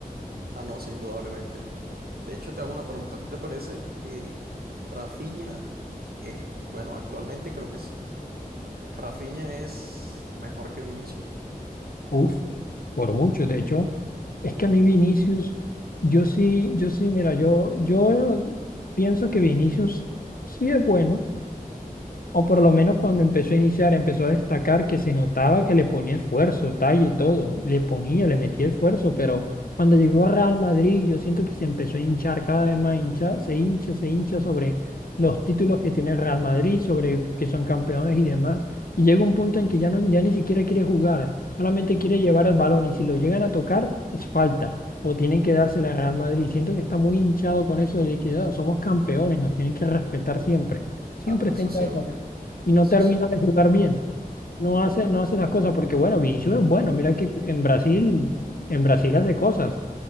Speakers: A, on the right; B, on the left.
A: ah, no, sí, indudablemente. De hecho, te hago una pregunta, ¿a ti te parece que... Rafinha Es, bueno, actualmente creo que sí. Rafinha es mejor que Vinicius.
B: Uf, por mucho. De hecho, es que a mí Vinicius, yo sí, yo sí, mira, yo, yo pienso que Vinicius sí es bueno O por lo menos cuando empezó a iniciar, empezó a destacar que se notaba que le ponía esfuerzo, talla y todo. Le ponía, le metía esfuerzo, pero cuando llegó a Real Madrid, yo siento que se empezó a hinchar cada vez más, hincha, se hincha, se hincha sobre los títulos que tiene Real Madrid, sobre que son campeones y demás. Y llega un punto en que ya, no, ya ni siquiera quiere jugar, solamente quiere llevar el balón y si lo llegan a tocar, es falta. O tienen que dársela a Real Madrid. Siento que está muy hinchado con eso de liquidado. Somos campeones, nos tienen que respetar siempre. Siempre
A: Ah, no,
B: está
A: eso
B: hinchado
A: siempre.
B: con y no
A: Eso
B: termina
A: siempre.
B: de jugar bien. No hace, no hace las cosas porque, bueno, Vinicius es bueno. Mira que en Brasil, en Brasil hace cosas.